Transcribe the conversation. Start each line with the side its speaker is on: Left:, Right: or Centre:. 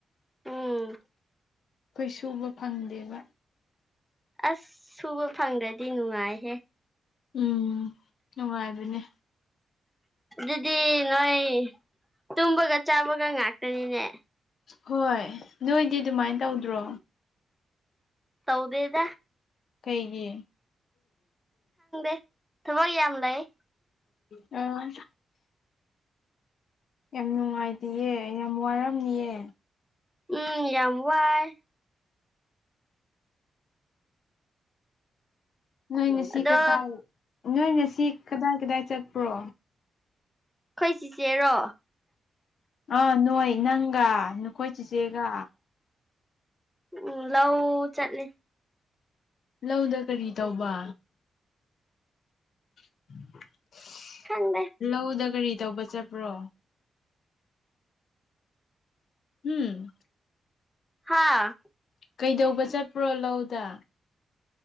Centre: ꯎꯝ
Left: ꯑꯩꯈꯣꯏ ꯁꯨꯕ ꯐꯪꯗꯦꯕ
Centre: ꯑꯁ ꯁꯨꯕ ꯐꯪꯗ꯭ꯔꯗꯤ ꯅꯨꯡꯉꯥꯏꯍꯦ
Left: ꯎꯝ ꯅꯨꯡꯉꯥꯏꯕꯅꯦ
Centre: ꯑꯗꯨꯗꯤ ꯅꯣꯏ ꯇꯨꯝꯕꯒ ꯆꯥꯕꯒ ꯉꯥꯛꯇꯅꯤꯅꯦ
Left: ꯍꯣꯏ ꯅꯣꯏꯗꯤ ꯑꯗꯨꯃꯥꯏꯅ ꯇꯧꯗ꯭ꯔꯣ
Centre: ꯁꯧꯗꯦꯗ
Left: ꯀꯩꯒꯤ
Centre: ꯦ ꯊꯒ ꯌꯥꯝ ꯑꯃ ꯂꯩꯥꯏ
Left: ꯎꯝ ꯌꯥꯝ ꯅꯨꯡꯉꯥꯏꯇꯌꯦ ꯌꯥꯝ ꯋꯥꯔꯝꯅꯤꯑ
Centre: ꯎꯝ ꯌꯥꯎ ꯋꯥꯏ
Left: ꯅꯣꯏꯅ ꯁꯤ
Centre: ꯑꯗꯣ
Left: ꯀꯩꯀꯥꯏ ꯅꯣꯏꯅ ꯁꯤ ꯀꯗꯥꯏ ꯀꯗꯥꯏ ꯆꯠꯄ꯭ꯔꯣ
Centre: ꯑꯩꯣꯏ ꯆꯤꯆꯦꯔꯣ
Left: ꯑꯥ ꯅꯣꯏ ꯅꯪꯒ ꯅꯈꯣꯏ ꯆꯤꯆꯦꯒ
Centre: ꯎꯝ ꯂꯋ ꯆꯠꯅꯤ
Left: ꯂꯧꯗ ꯀꯔꯤ ꯇꯧꯕ <inaudible>
Centre: ꯑꯗꯦ
Left: ꯂꯧꯗ ꯀꯔꯤ ꯇꯧꯕ ꯆꯠꯄ꯭ꯔꯣ ꯎꯝ
Centre: ꯍꯥꯥ
Left: ꯀꯩꯗꯧꯕ ꯆꯠꯄ꯭ꯔꯣ ꯂꯧꯗ